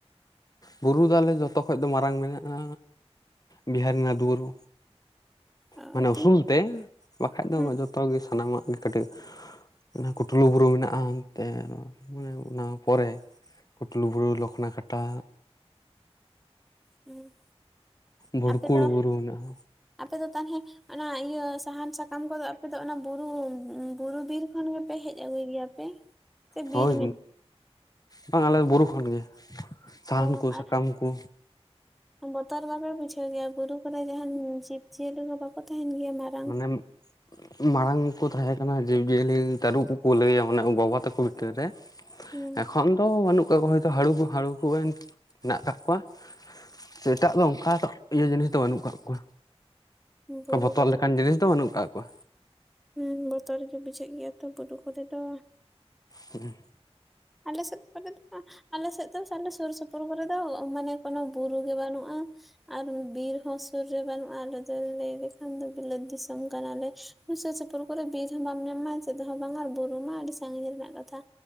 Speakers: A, on the left; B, in the centre.
A: ᱵᱩᱨᱩ ᱫᱚ ᱟᱞᱮ ᱡᱚᱛᱚ ᱠᱷᱚᱡ ᱫᱚ ᱢᱟᱨᱟᱝ ᱢᱮᱱᱟᱜᱼᱟ ᱵᱤᱦᱟᱨᱤ ᱨᱮᱱᱟᱜ ᱵᱩᱨᱩ
B: ᱟᱨ
A: ᱢᱟᱱᱮ
B: ᱛᱤᱱ
A: ᱩᱥᱩᱞ ᱛᱮ ᱵᱟᱠᱷᱟᱡ
B: ᱦᱩᱸ
A: ᱫᱚ ᱡᱚᱛᱚᱜᱮ ᱥᱟᱱᱟᱢᱟᱜ ᱜᱮ ᱠᱟᱹᱴᱤᱡ ᱚᱱᱟ ᱠᱩᱴᱩᱞᱩ ᱵᱩᱨᱩ ᱢᱮᱱᱟᱜᱼᱟ ᱟᱱᱛᱮ ᱚᱱᱟ ᱯᱚᱨᱮ ᱠᱩᱴᱞᱩ ᱵᱩᱨᱩ ᱞᱚᱠᱷᱱᱟ ᱠᱟᱴᱟ,
B: ᱦᱩᱸ
A: ᱵᱷᱩᱲᱠᱩᱲ
B: ᱟᱯᱮ ᱫᱚ
A: ᱵᱩᱨᱩ ᱢᱮᱱᱟᱜᱼᱟ᱾
B: ᱟᱯᱮ ᱫᱚ ᱛᱟᱦᱚᱞᱮ ᱚᱱᱟ ᱤᱭᱟᱹ ᱥᱟᱦᱟᱱ ᱥᱟᱠᱟᱢ ᱠᱚᱫᱚ ᱟᱯᱮᱫ ᱫᱚ ᱚᱱᱟ ᱵᱩᱨᱩ ᱵᱩᱨᱩ ᱵᱤᱨ ᱠᱷᱚᱱᱜᱯᱮ ᱦᱮᱡ ᱟᱹᱜᱩᱭ ᱜᱮᱭᱟ? ᱯᱮ ᱥᱮ ᱵᱤᱨ
A: ᱦᱳᱭ
B: ᱢᱮ
A: ᱵᱟᱝ ᱟᱞᱮ ᱵᱩᱨᱩ ᱠᱷᱚᱱ ᱜᱮ ᱥᱟᱦᱟᱱ
B: ᱚ
A: ᱠᱚ
B: ᱟᱨ
A: ᱥᱟᱠᱟᱢ ᱠᱚ
B: ᱵᱚᱛᱚᱨ ᱫᱚᱯᱮ ᱵᱩᱡᱷᱟᱹᱣ ᱜᱮᱭᱟ ᱵᱩᱨᱩ ᱠᱚᱨᱮ ᱡᱟᱦᱟᱱ ᱡᱤᱵ ᱡᱤᱭᱟᱹᱞᱤ ᱠᱚ ᱵᱟᱠᱚ ᱛᱟᱦᱮᱱ ᱜᱮᱭᱟ ᱢᱟᱫ?
A: ᱢᱟᱱᱮ ᱢᱟᱲᱟᱝ ᱠᱚ ᱛᱟᱦᱮᱸ ᱠᱟᱱᱟ ᱡᱤᱵᱽᱡᱤᱭᱟᱹᱞᱤ ᱛᱟᱹᱨᱩᱵᱽ ᱠᱚᱠᱚ ᱞᱟᱹᱭᱟ ᱚᱱᱮ ᱵᱟᱵᱟ ᱛᱟᱠᱚ ᱢᱤᱫᱴᱮᱱ ᱨᱮ
B: ᱦᱩᱸ
A: ᱮᱠᱷᱚᱱ ᱫᱚ ᱵᱟᱹᱱᱩᱜ ᱠᱟᱜ ᱠᱚᱣᱟ ᱠᱚ ᱢᱮᱱᱟᱜ ᱠᱟᱜ ᱠᱚᱣᱟ᱾ ᱥᱮ ᱮᱴᱟᱜ ᱫᱚ ᱚᱱᱠᱟ ᱤᱭᱟᱹ ᱡᱤᱱᱤᱥ ᱫᱚ ᱵᱟᱹᱱᱩᱜ ᱠᱟᱜ ᱠᱚᱣᱟ᱾
B: ᱵᱩᱨᱩ
A: ᱵᱚᱛᱚᱨ
B: ᱠᱚᱨᱮ
A: ᱞᱮᱠᱟᱱ ᱡᱤᱱᱤᱥ ᱫᱚ ᱵᱟᱹᱱᱩᱜ ᱟᱠᱟᱟᱜ ᱠᱚᱣᱟ᱾
B: ᱦᱮᱸ ᱵᱚᱛᱚᱨ ᱜᱮ ᱵᱩᱡᱷᱟᱹᱜ ᱜᱮᱭᱟ ᱛᱚ ᱵᱩᱨᱩ ᱠᱚᱨᱮ ᱫᱚ
A: ᱦᱮᱸ
B: ᱟᱞᱮ ᱥᱮᱫ ᱟᱞᱮ ᱥᱮᱫ ᱫᱚᱞ ᱥᱩᱨ ᱥᱩᱯᱩᱨ ᱯᱚᱨ ᱠᱚ ᱨᱮ ᱫᱚ ᱢᱟᱱᱮ ᱠᱳᱚᱱᱳ ᱵᱩᱨᱩ ᱜᱮ ᱵᱟᱹᱱᱩᱜᱼᱟ᱾ ᱟᱨ ᱵᱤᱨ ᱦᱚᱸ ᱥᱩᱨ ᱨᱮ ᱵᱟᱹᱱᱩᱜᱼᱟ ᱟᱞᱮ ᱫᱚᱞᱮ ᱞᱟᱹᱭ ᱞᱮᱠᱷᱟᱱ ᱫᱚ ᱵᱤᱞᱟᱹᱛ ᱫᱤᱥᱚᱢ ᱠᱟᱱᱟᱞᱮ ᱥᱩᱨ ᱥᱩᱯᱩᱨ ᱠᱚᱨᱮ ᱵᱤᱨ ᱦᱚᱸ ᱵᱟᱢ ᱧᱟᱢᱟ ᱪᱮᱫ ᱦᱚᱸ ᱵᱟᱝᱟ ᱵᱩᱨᱩ ᱟᱹᱰᱤ ᱥᱟᱺᱜᱤᱧ ᱨᱮᱱᱟᱜ ᱠᱟᱛᱷᱟ